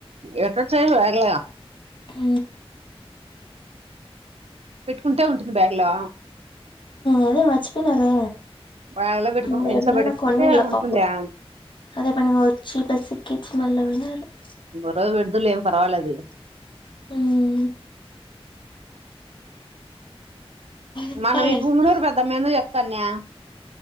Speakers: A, on the right (about 80°); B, on the left (about 50°).
A: ఎట్లా చైన్ లాగలే
B: ఊ
A: పెట్టుకుంటే ఉంటుంది బ్యాగ్ లో
B: అదే మర్చిపోయినాలే
A: బ్యాగ్లో పెట్టుకోకుండా
B: ఇంకెప్పుడైనా
A: ఇంట్లో పెట్టేసుకుంటే
B: కొన్ని ఎల్ల
A: ఉంటుందా
B: పాపం అదే పనిగా వచ్చి బస్సు ఎక్కిచ్చి మల్ల పోయినాడు స
A: ర పెడుతులే ఏం పర్వాలేదు
B: మ్ చెప్పాలంటే
A: మనం ఈ పుంగునూరు పెద్దమ్మేదో చెప్ కన్యా